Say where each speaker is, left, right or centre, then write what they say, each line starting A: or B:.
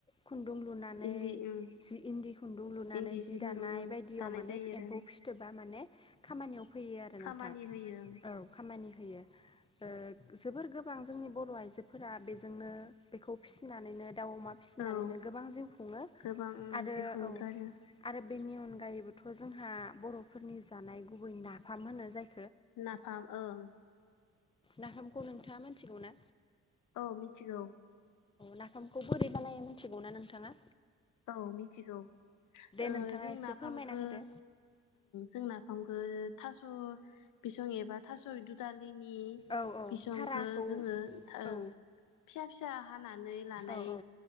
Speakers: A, on the left; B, on the left.
A: खुन्दुं लुनानै
B: इन्दि ओं
A: जि इन्दि खुन्दुं लुनानै
B: इन्दि
A: जि
B: खुन्दुं
A: दानाय
B: ओं
A: बायदियाव
B: दानाय
A: माने
B: जायो
A: एम्फौ
B: आरो ओं
A: फिथोबा माने खामानियाव फैयो आरो
B: खामानि
A: नोंथां
B: होयो
A: औ खामानि होयो ओ जोबोर गोबां जोंनि बर' आइजोफोरा बेजोंनो बेखौ फिसिनानैनो दाउ, अमा फिसिनानैनो
B: ओं औ
A: गोबां जिउ खुंङो
B: गोबां ओं
A: आरो
B: जिउ खुङोथ'
A: औ
B: आरो
A: आरो बेनि अन गायैबोथ' जोंहा बर'फोरनि जानाय गुबै नाफाम होनो जाय
B: नाफाम ओं।
A: नाफामखौ नोंथांङा मानथिगौ ना?
B: औ मिथिगौ।
A: नाफामखौ बोरै बानायो मिथिगौना नोंथांङा?
B: औ मिथिगौ। ओ
A: नोंथाङा
B: जों
A: एसे
B: नाफामखो‌
A: फोरमायना होदो
B: जों नाफामखो थास' बिसं एबा थास' दुदाल लिनि
A: औ औ
B: बिसंखो
A: थाराखौ
B: जोंङो ओं
A: औ
B: फिसा फिसा हानानै लानाय
A: औ औ